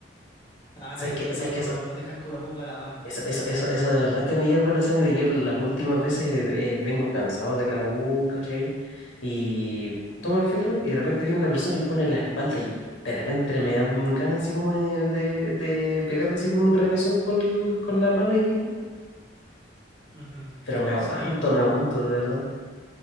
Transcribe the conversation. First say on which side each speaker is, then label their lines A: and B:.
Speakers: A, on the left; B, on the left.
A: Ah,
B: sabes
A: y
B: qué?
A: no, y
B: sabes
A: uno,
B: qué?
A: no dejan que uno ponga la mano.
B: Eso, eso, eso, eso de verdad que me hierve la sangre. Yo las últimas veces eh, vengo cansado de la U, ¿cachai? Y tomo el fierro y de repente viene la persona y pone la espalda y de repente me dan ganas así como de, de, de pegarle así como un remesón con, con la mano ahí mismo.
A: Ujú.
B: Pero me aguanto,
A: Sí, no.
B: me aguanto de verdad.